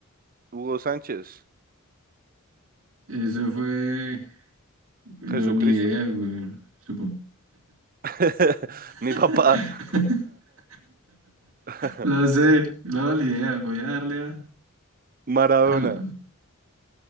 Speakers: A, on the right (about 40°); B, on the right (about 65°).
A: Hugo Sánchez.
B: Eso fue. No,
A: Jesucristo.
B: ni idea, güey. Supongo.
A: <laughs> Mi
B: <laughs>
A: papá. <laughs>
B: Lo sé, no, ni idea. Voy a darle a.
A: Maradona.
B: al-